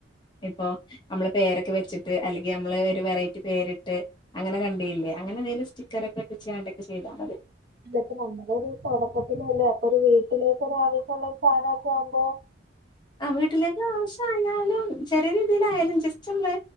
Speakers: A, on the left; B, on the right.
A: ഇപ്പൊ നമ്മള് പേരൊക്കെ വെച്ചിട്ട് അല്ലെങ്കി നമ്മള് ഒരു വെറൈറ്റി പേരിട്ട് അങ്ങനെ കണ്ടീയ്ല്ല്യേ അങ്ങനെന്തേലും സ്റ്റിക്കറൊക്കെ ഒട്ടിച്ച്ങ്ങാണ്ടൊക്കെ ചെയ്താ മതി
B: ഇത്‌പ്പ നമ്മളൊരു തൊടക്കത്തിലല്ലേ അപ്പൊരു വീട്ടിലേക്ക് ഒരാവശ്യള്ള സാനൊക്കെ ആവുമ്പോ
A: ആഹ് വീട്ടിലേക്കാവശ്യായായാലും ചെറിയ രീതിലായാലും ജസ്റ്റ് നമ്മള്